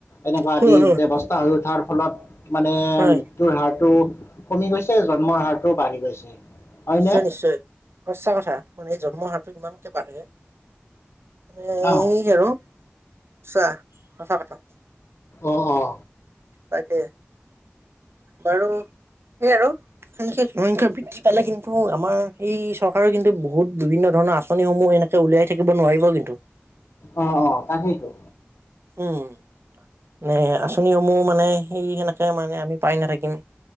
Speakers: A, on the left; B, on the right.
A: এনেকুৱা
B: হয়
A: আদি
B: হয়
A: ব্যৱস্থা হৈ উঠাৰ ফলত মানে
B: হয়
A: মৃত্যুৰ হাৰটো কমি গৈছে। জন্মৰ হাৰটো বাঢ়ি গৈছে। হয়নে
B: নিশ্চয়, নিশ্চয় সঁচা কথা মানে জন্ম হাৰটো ইমানকে বাঢ়ে মানে
A: অঁ
B: এই আৰু আছা সঁচা কথা।
A: অঁ অঁ
B: তাকে বাৰু সেই আৰু। জনসংখ্যা বৃদ্ধি পালে কিন্তু আমাৰ সেই চৰকাৰে কিন্তু বহুত বিভিন্ন ধৰণৰ আঁচনি আঁচনিসমূহ এনেকে উলিয়াই থাকিব নোৱাৰিব কিন্তু।
A: অ' অ' তাকেইতো।
B: উম নে আঁচনিসমূহ মানে সেই সেনেকে মানে আমি পাই নাথাকিম।